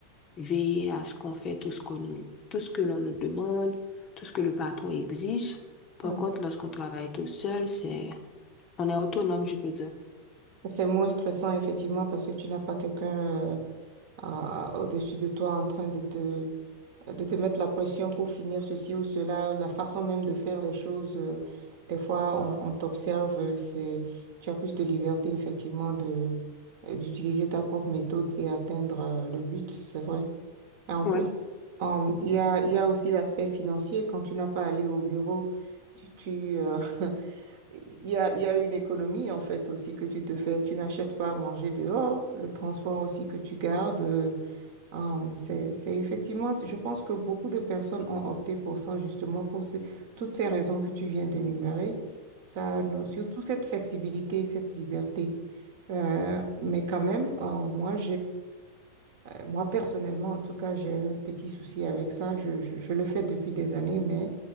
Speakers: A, on the left; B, on the right.
A: veiller à ce qu'on fait tout ce que l'on, tout ce que l'on nous demande, tout ce que le patron exige. Par
B: Ouais.
A: contre, lorsqu'on travaille tout seul, c'est, on est autonome, je peux dire.
B: C'est moins stressant, effectivement, parce que tu n'as pas quelqu'un euh, à- au-dessus de toi en train de te, de te mettre la pression pour finir ceci ou cela, la façon même de faire les choses. euh, des fois, on, on t'observe, euh, c'est, tu as plus de liberté, effectivement, de, euh, d'utiliser ta propre méthode et atteindre euh, le but, c'est vrai. Et en
A: Ouais,
B: plus, Hum, Il y a, il y a aussi l'aspect financier. Quand tu n'as pas allé au bureau, tu, tu, euh, <laughs> il y a, il y a une économie en fait aussi que tu te fais. Tu n'achètes pas à manger dehors. Le transport aussi que tu gardes. euh, hum, c'est, c'est effectivement, je pense que beaucoup de personnes ont opté pour ça justement pour ce- toutes ces raisons que tu viens d'énumérer. Ça nous, surtout cette flexibilité, cette liberté. Euh, mais quand même, euh, moi, euh, Moi, personnellement, en tout cas, j'ai un petit souci avec ça. Je, je- je le fais depuis des années, mais